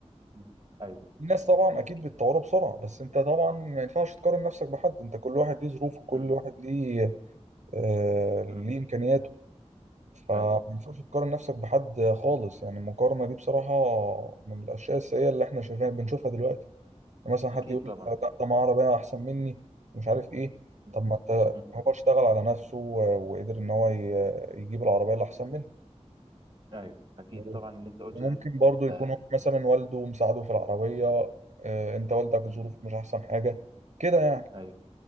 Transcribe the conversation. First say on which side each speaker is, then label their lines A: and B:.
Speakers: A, on the right; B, on the right.
A: م. ايوه
B: الناس طبعا اكيد بيتطوروا بسرعه بس انت طبعا ما ينفعش تقارن نفسك بحد انت كل واحد ليه ظروفه وكل
A: م-
B: واحد ليه آه ليه
A: م.
B: امكانياته فما
A: ايوه
B: ينفعش تقارن نفسك بحد خالص يعني المقارنه دي بصراحه من الاشياء السيئه اللي احنا شايفينها بنشوفها دلوقتي يعني مثلا حد
A: اكيد
B: يقول
A: طبعا
B: لا ده معاه عربيه احسن مني مش عارف ايه
A: م-
B: طب ما انت
A: م.
B: هو اشتغل على نفسه و- وقدر ان هو ي- يجيب العربيه اللي احسن
A: ايوه اكيد
B: منه
A: طبعا اللي انت قلته
B: ممكن
A: ده
B: برضو يكون
A: آه،
B: هو مثلا والده مساعده في العربية آه، انت والدك
A: م.
B: ظروفه مش احسن حاجة كده يعني
A: ايوه